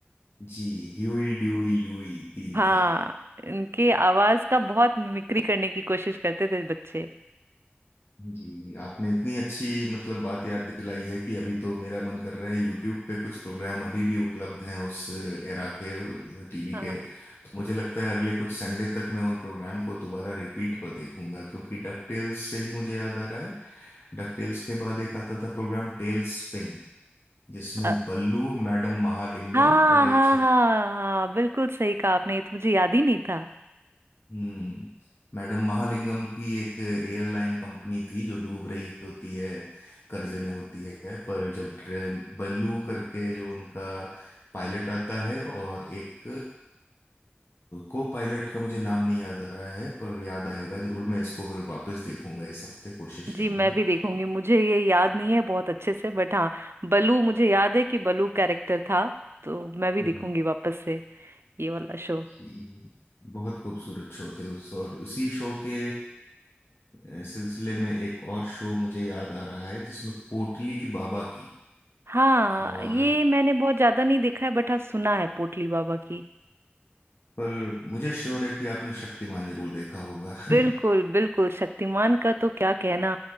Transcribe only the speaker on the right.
हाँ
इनके आवाज का बहुत मिमिक्री करने की कोशिश करते थे बच्चे
हाँ
अ,
हाँ
हाँ हाँ हाँ बिल्कुल सही कहा आपने ये तो मुझे याद ही नहीं था
जी मैं भी देखूंगी मुझे ये याद नहीं है बहुत अच्छे से बट हाँ बलू मुझे याद है कि बलू कैरेक्टर था तो मैं भी
देखूंगी वापस से ये वाला शो
हाँ
ये मैंने बहुत ज्यादा नहीं देखा है बट हाँ सुना है पोटली बाबा की
बिल्कुल बिल्कुल शक्तिमान का तो क्या कहना